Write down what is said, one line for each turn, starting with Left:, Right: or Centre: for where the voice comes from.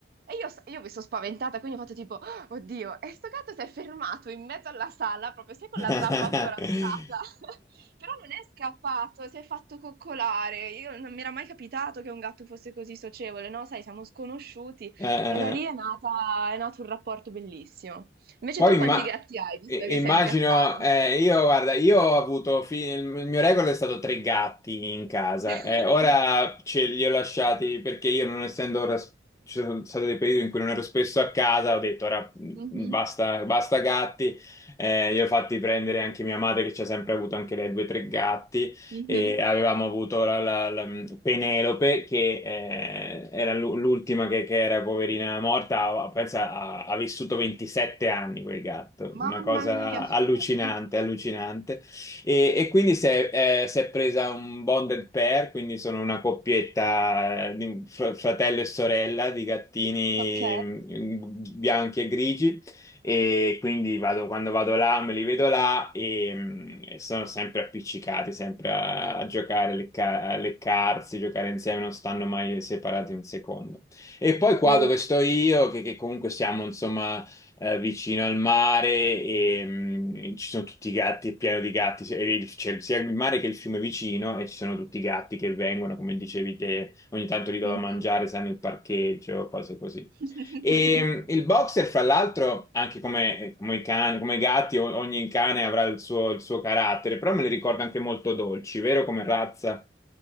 Right: e io, io mi sono spaventata, quindi ho fatto tipo, Oddio, e sto gatto si è fermato in mezzo alla sala, proprio sai con
Left: <laughs>
Right: la zampa ancora alzata, <laughs> però non è scappato, si è fatto coccolare. Io non mi era mai capitato che un gatto fosse così socievole, no? Sai, siamo sconosciuti
Left: Eh,
Right: e da lì
Left: eh,
Right: è nata- è nato un rapporto bellissimo. Invece
Left: Poi
Right: tu
Left: imma-
Right: quanti gatti hai, visto
Left: i-
Right: che
Left: immagino,
Right: sei un gattaro?
Left: eh, io guarda, io ho avuto, fi- il mio record è stato tre gatti in casa,
Right: <laughs>
Left: eh, ora ce li ho lasciati perché io non essendo ora, ci sono stati dei periodi in cui non ero spesso a casa, ho detto ora mm,
Right: Mhm,
Left: basta, basta gatti, eh, li ho fatti prendere anche mia madre che ci ha sempre avuto anche lei due o tre gatti.
Right: mhm.
Left: e avevamo avuto la, la- la- mm, Penelope che eh, era l'u- l'ultima che, che era poverina morta, ha- pensa, ha, ha vissuto 27 anni quel gatto, una
Right: Mamma
Left: cosa
Right: mia. <laughs>
Left: allucinante, allucinante. E, e quindi si è, eh, si è presa un bonded pair, quindi sono una coppietta eh, di un fr- fratello e sorella di gattini
Right: Ok.
Left: mm, bianchi e grigi e quindi vado- quando vado là me li vedo là e, mh, e sono sempre appiccicati, sempre a, a giocare, a lecca- a leccarsi, giocare insieme, non stanno mai separati un secondo. E poi qua
Right: Sì.
Left: dove sto io, che, che comunque siamo insomma eh, vicino al mare e mh, ci sono tutti i gatti, è pieno di gatti, e il- c'è sia il mare che il fiume vicino e ci sono tutti i gatti che vengono, come dicevi te, ogni tanto gli do
Right: Mhm.
Left: da mangiare, sanno il parcheggio, cose così.
Right: <laughs>
Left: E il boxer, fra l'altro, anche come, come i cani, come i gatti, o- ogni cane avrà il suo, il suo carattere, però me li ricorda anche molto dolci, vero? Come razza.